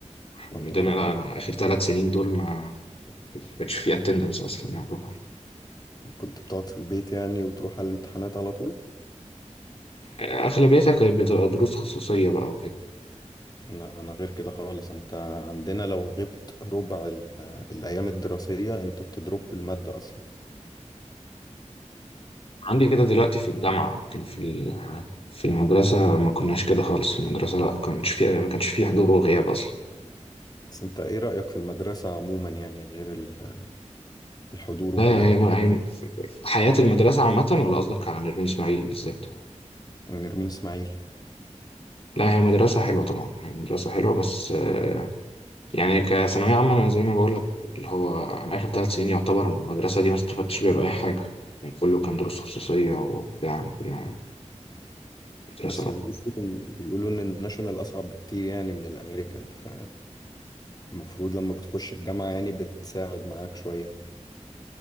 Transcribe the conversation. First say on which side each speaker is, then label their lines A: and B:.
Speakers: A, on the left; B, on the left.
A: إحنا
B: كنت
A: عندنا
B: بروح
A: لا انا اخر ثلاث سنين دول ما كانش فيه اتندنس اصلا يعتبر
B: كنت بتقعد في البيت يعني وتروح على الامتحانات على طول؟
A: آه، اغلبيتها كانت بتبقى دروس خصوصية بقى وكده
B: أنا أنا غير كده خالص أنت عندنا لو غبت ربع ال- الأيام الدراسية أنت بتضرب في المادة أصلا
A: عندي كده دلوقتي في الجامعة كان في ال- في المدرسة ما كناش كده خالص في المدرسة لا كانش في ما كانش في حضور وغياب أصلا
B: بس أنت إيه رأيك في المدرسة عموما يعني غير ال- الحضور
A: لا
B: وكده؟
A: هي هي- حياة المدرسة عامة ولا قصدك على نرمين إسماعيل بالذات؟
B: نرمين إسماعيل
A: لا هي مدرسة حلوة طبعا هي مدرسة حلوة بس آه، يعني كثانوية عامة أنا زي ما بقول لك اللي هو أنا آخر ثلاث سنين يعتبر المدرسة دي ما استفدتش بيها بأي حاجة يعني كله كان دروس خصوصية وبتاع ما- مدرسة
B: بس
A: لا
B: بيقولوا بيقولوا إن الناشونال أصعب بكتير يعني من الأمريكان ف المفروض لما بتخش الجامعة يعني بتساعد معاك شوية